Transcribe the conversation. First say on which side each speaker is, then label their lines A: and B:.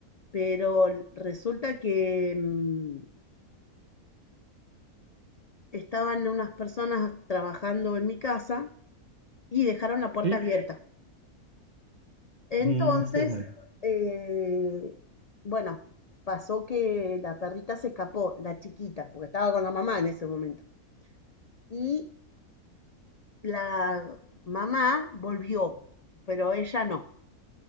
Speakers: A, on the left (about 65°); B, on the right (about 35°).
A: Pero resulta que mm, estaban unas personas trabajando en mi casa y dejaron la puerta
B: Sí.
A: abierta. Entonces,
B: Mm, qué mal.
A: eh, bueno, pasó que la perrita se escapó, la chiquita, porque estaba con la mamá en ese momento. Y la mamá volvió, pero ella no,